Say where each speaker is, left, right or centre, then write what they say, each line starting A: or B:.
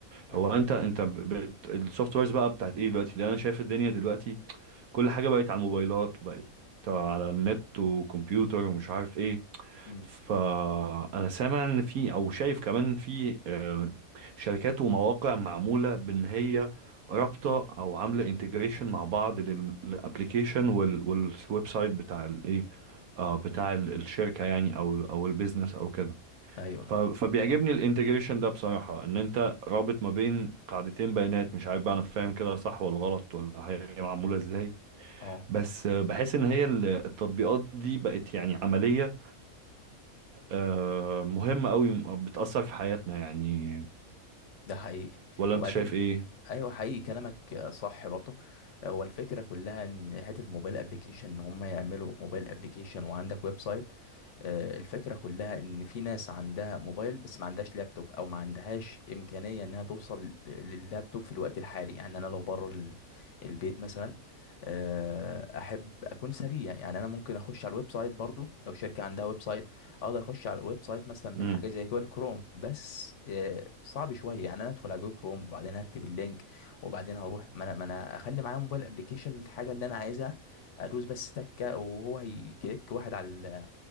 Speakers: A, on the left; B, on the right.
A: مم.
B: هو انت انت السوفت ويرز بقى بتاعت ايه دلوقتي لان انا شايف الدنيا دلوقتي كل حاجة بقت على الموبايلات وبقت على النت وكمبيوتر ومش عارف ايه
A: مم.
B: فأنا سامع ان في او شايف كمان في آه، شركات ومواقع معمولة بان هي رابطة او عاملة انتجريشن مع بعض للابليكيشن والويب سايت بتاع الايه آه، بتاع ال- الشركة يعني او او البيزنس او كده
A: أيوه
B: ف- فبيعجبني الانتجريشن ده بصراحة ان انت رابط ما بين قاعدتين بيانات مش عارف بقى انا فاهم كده صح ولا غلط ولا هي معمولة ازاي
A: أه
B: بس آه، بحس ان هي ال- التطبيقات دي بقت يعني عملية آه، مهمة قوي بتأثر في حياتنا يعني
A: ده حقيقي
B: ولا
A: وبعدين
B: انت شايف ايه
A: ايوه حقيقي كلامك صح برضه هو الفكره كلها ان حته موبايل ابلكيشن ان هم يعملوا موبايل ابلكيشن وعندك ويب سايت آه، الفكره كلها ان في ناس عندها موبايل بس ما عندهاش لابتوب او ما عندهاش امكانيه انها توصل لللابتوب في الوقت الحالي يعني انا لو بره ال- البيت مثلا آه، احب اكون سريع يعني انا ممكن اخش على الويب سايت برضو لو شركه عندها ويب سايت اقدر اخش على الويب سايت مثلا من
B: مم.
A: حاجه زي جوجل كروم بس آه، صعب شويه يعني انا ادخل على جوجل كروم وبعدين اكتب اللينك وبعدين هروح ما انا ما انا اخلي معايا موبايل ابلكيشن للحاجه اللي انا عايزها ادوس بس تكه وهو هيكليك واحد على ال-